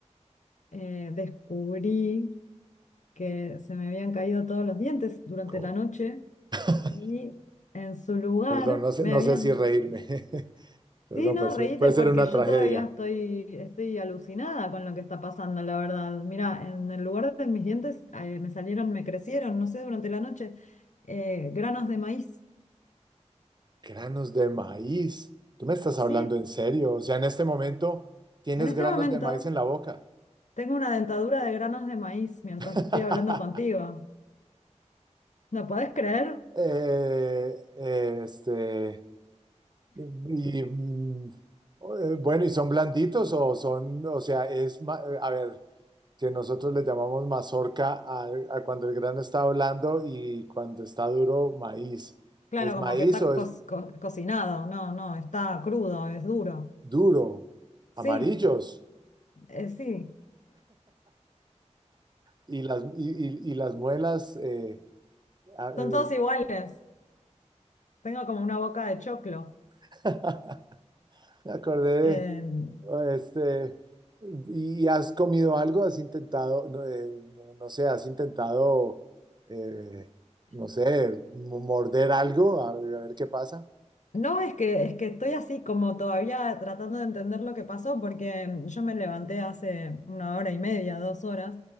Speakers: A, on the left; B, on the right.
A: eh, descubrí que se me habían caído todos los dientes durante
B: co-
A: la noche
B: <laughs>
A: y en su lugar
B: perdón, no sé,
A: me
B: no
A: habían...
B: sé si reírme. <laughs> Perdón,
A: Sí, no,
B: puede ser,
A: reíte
B: puede ser
A: porque
B: una
A: yo
B: tragedia.
A: todavía estoy, estoy alucinada con lo que está pasando, la verdad. Mira, en el lugar de mis dientes eh, me salieron, me crecieron, no sé, durante la noche. eh, granos de maíz.
B: Granos de maíz. ¿Tú me estás
A: Sí,
B: hablando en serio? O sea, en este momento tienes
A: en este
B: granos
A: momento
B: de maíz en la boca.
A: tengo una dentadura de granos de maíz mientras
B: <laughs>
A: estoy hablando contigo. ¿Lo podés creer?
B: Eh, este, y, mm, eh, bueno, ¿y son blanditos o son, o sea, es, ma- eh, a ver, que nosotros le llamamos mazorca a, a cuando el grano está blando y cuando está duro, maíz.
A: Claro,
B: ¿Es
A: como
B: maíz
A: que está
B: o
A: co-
B: es
A: co- cocinado. No, no, está crudo, es duro.
B: duro?
A: Sí,
B: Amarillos.
A: eh, sí,
B: Y las, y, y- y las muelas, eh, a- el-
A: son todos iguales. Tengo como una boca de choclo.
B: <laughs> me acordé
A: em,
B: de, este, ¿y y has comido algo? ¿Has intentado, no, eh, no- no sé, has intentado, eh, no sé, m- morder algo? A ver, a ver qué pasa.
A: No, es que, es que estoy así como todavía tratando de entender lo que pasó porque mm, yo me levanté hace una hora y media, dos horas,